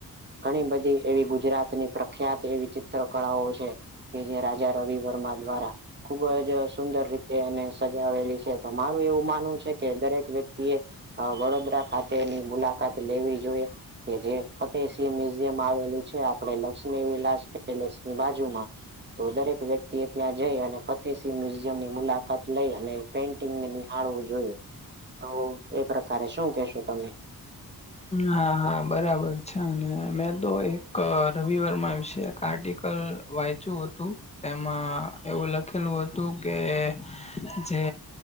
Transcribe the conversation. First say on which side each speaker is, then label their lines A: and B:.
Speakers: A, on the right; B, on the left.
A: ઘણી બધી એવી ગુજરાતની પ્રખ્યાત એવી ચિત્ર ચિત્રકળાઓ છે કે જે રાજા રવિ વર્મા દ્વારા ખુબ જ સુંદર રીતે એને સજાવેલી છે. તો મારું એવું માનવું છે કે દરેક વ્યક્તિએ વડોદરા ખાતેની મુલાકાત લેવી જોઈએ. કે જે ફતેહસિંહ મ્યુઝિયમ આવેલું છે આપે લક્ષ્મી વિલાસ પેલેસની બાજુમાં તો દરેક વ્યક્તિ એ ત્યાં જઈ અને ફતેહસિંહ મ્યુઝિયમ ની મુલાકાત લઈ અને પેઈન્ટ નિહાળવું જોઈએ. તો એ પ્રકારે શું કેશો તમે?
B: હા હા બરાબર છે. અને મેં તો એક રવિવર્મા વિશે આર્ટિકલ વાંચ્યું હતું, તેમાં એવું લખેલું હતું કે જે